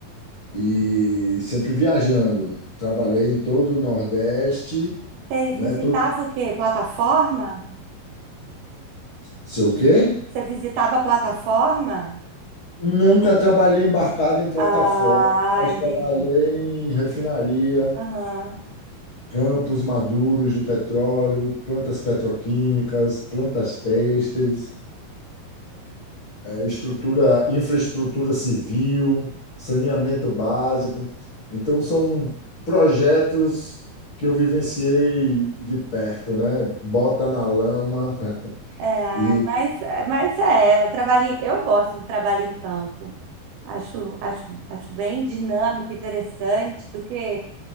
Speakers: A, on the left; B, on the right.
A: E sempre viajando. Trabalhei em todo o Nordeste,
B: Você
A: né?
B: visitava
A: Todo...
B: o quê? Plataforma?
A: Sei o quê?
B: Você visitava a plataforma?
A: Nunca trabalhei embarcado em plataforma,
B: Ah,
A: mas
B: entendi.
A: trabalhei em refinaria,
B: Aham.
A: campos maduros de petróleo, plantas petroquímicas, plantas têxteis, eh, estrutura, infraestrutura civil, saneamento básico. Então, são projetos que eu vivenciei de perto, né? Bota na lama <laughs>
B: É, ai,
A: e...
B: mas, mas é, eu trabalho em- eu gosto do trabalho em campo. Acho, acho, acho bem dinâmico, interessante do que